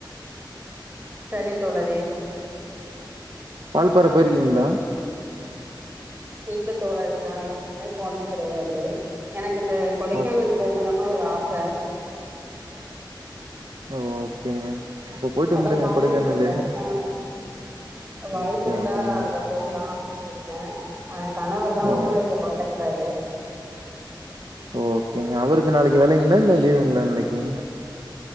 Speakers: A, on the right (about 25°); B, on the right (about 70°).
A: சரி தோழரே
B: வால்பாற போயிருக்கீங்களா
A: இல்ல தோழறினா எங்கேயுமே போனது கடையாது எனக்கு இந்தந்த கொடைக்கானல்
B: ஓ
A: போகணும்னு ஒரு ஆச
B: ஓ ஓகேங்க அப்ப போயிட்டு வந்துருங்க
A: அதா பாாத்துகுட்ருக்க
B: கொடைக்கானலு
A: அ வாய்ப்பு
B: ஓகே
A: இருந்தா
B: ஓகேங்க
A: அங்க போகலா அப்டின்னு இருக்க அ கணவர் தா ஒத்துழைக்க
B: ஓ
A: மாட்டேங்கிறாரு
B: ஓகேங்க அவருக்கு நாளக் வேலங்ளா இல்ல லீவுங்ளா நாளக்கி